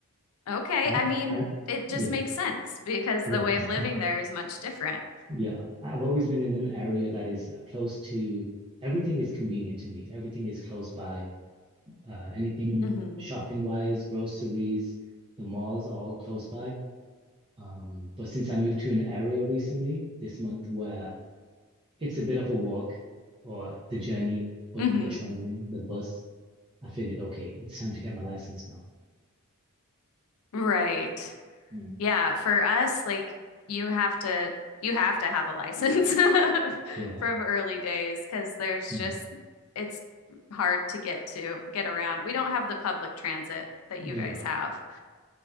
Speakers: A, on the left (about 75°); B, on the right (about 25°).
A: Okay,
B: I'm
A: I mean,
B: I'm
A: it
B: yeah.
A: just makes sense because
B: Yeah.
A: the way of living there is much different.
B: Yeah, I've always been in an area that is uh, close to everything is convenient to me. Everything is close by. Uh, anything
A: hmm
B: shopping wise, groceries, the malls are all close by. Um, but since I moved to an area recently this month where it's a bit of a walk or the journey or
A: hmm
B: the train, the bus, I figured, okay, it's time to get my license now.
A: Right.
B: Mm.
A: Yeah, for us, like you have to you have to have a license <laughs>
B: Yeah.
A: from early days because there's
B: Mm.
A: just it's hard to get to get around. We don't have the public transit that
B: Yeah.
A: you guys have.